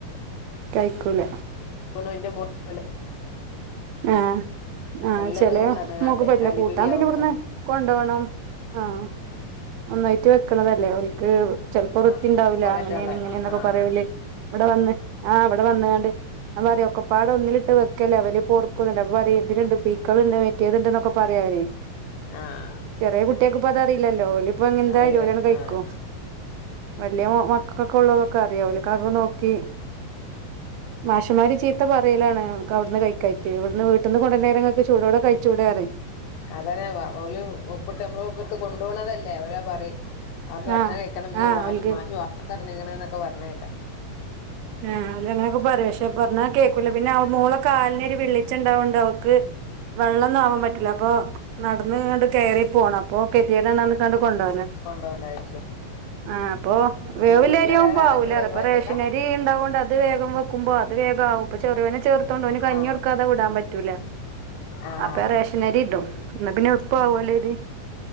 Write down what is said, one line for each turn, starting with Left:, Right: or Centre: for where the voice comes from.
Right: കഴിക്കൂല
Left: ഓണും അയിന്റെ <unintelligible>
Right: ആഹ് ആഹ്
Left: നല്ല
Right: ചെലേ
Left: വേവ് പറഞ്ഞ്കാണ്ടേ
Right: മോക്ക് പറ്റൂല്ല
Left: അലിപിലി
Right: കൂട്ടാൻ പിന്നെ
Left: ആവുന്നറിം
Right: ഇവിടുന്ന് കൊണ്ടോവണം ആഹ് ഒന്നായിട്ട് വെക്ക്ണതാ ലേ ഓൽക്ക്
Left: ഉം
Right: ചെലപ്പോ വൃത്തി
Left: ആഹ്
Right: ഉണ്ടാവൂല
Left: കൊറേറ്റാളെ
Right: അങ്ങനെയാണ് ഇങ്ങനെന്നൊക്കെ
Left: ആഹ്
Right: പറയോള് ഇവിടെ വന്ന് ആഹ് ഇവിടെ വന്ന്ങ്ങാണ്ട് ഞാൻ പറയും ഒക്കെപ്പാടെ ഒന്നിലിട്ട് വെക്കല്ലേ വല്യ പൊർ ചെലേപം പറയും ഇതിൽ പുഴിക്കള്ണ്ട് മറ്റേത് ഇണ്ട്ന്നൊക്കെ പറയാവരേ
Left: ആഹ്
Right: ചെറിയ കുട്ട്യേക്ക് ഇപ്പ അതറീലല്ലോ ഓൽ ഇപ്പോ ഇഞ് എന്തായാലും
Left: അറിയില്ലേ
Right: ഓലട്
Left: ആഹ്
Right: ക്കും വലിയ മക്കകോക്കെ ഉള്ളതൊക്കെ അറിയും ഓൽക് അതും നോക്കി മാഷമാര് ചീത്ത പറയലാണ് ഒക്കവുട്ന്ന് കഴിക്കാ ഞ്ഞ് ഇവിട്ന്ന് വീട്ട്ന്ന് കൊണ്ടര്ന നേരം ഇങ്ങക്ക് ചൂടോടെ കഴിച്ചൂടേറിം
Left: അതെന്നെ വ ഓല് ഒപ്പിട്ട് നമ്മള്ത്ത് കൊണ്ടു പോണതല്ലേ അവരത് പറിം അവിടുന്ന് ഭക്ഷണം
Right: ആഹ്
Left: കഴിക്കണം ഇഞ്
Right: ആഹ്
Left: മാഷ്
Right: ഓൽക്ക്
Left: മാഷ് വാക്കറിഞ്ക്ക്ണ് ന്നൊക്കെ പറഞ്ഞെ കേക്കാ
Right: ആഹ് ഓല് അങ്ങനൊക്കെ പറയും പക്ഷെ പറഞ്ഞാ കേക്കൂല പിന്നെ അവ മോളെ കാൽന് ഒര് വിള്ള ച്ചണ്ടാവോണ്ട് അവക്ക് വെള്ളൊന്നും ആവാൻ പ റ്റൂല്ല പ്പൊ നടന്ന് ആണ്ട് കയറി പോണം അപ്പൊ കെതിയേടാണ്ന്ന് പർഞ്ഞ്ക്കാണ്ട് കൊണ്ടോവല
Left: കൊണ്ടോണ്ടായി
Right: ആഹ് അപ്പൊ വേവ്ള്ളരിയാവുമ്പോ
Left: വീട്ടില് വേറെ ആരാ
Right: ആവൂല
Left: ഇള്ളെ ഇങ്ങളൊറ്റക്കാ
Right: ഇത്പ്പൊ റേഷനരി തീ ഉണ്ടാവുകൊണ്ട് അ വേഗം വെക്കുമ്പോ അത് വേഗ ആവും ഇപ്പ ചെറുനെ ചേർത്തോണ്ട്. കഞ്ഞിക്കൊടുകതെ
Left: ആഹ്
Right: വിടാൻ പറ്റൂല്ല.
Left: ആഹ്
Right: അപ്പൊ റേഷനരി കിട്ടും. എന്നാ പിന്നെ ഉളുപ്പവുല്ല.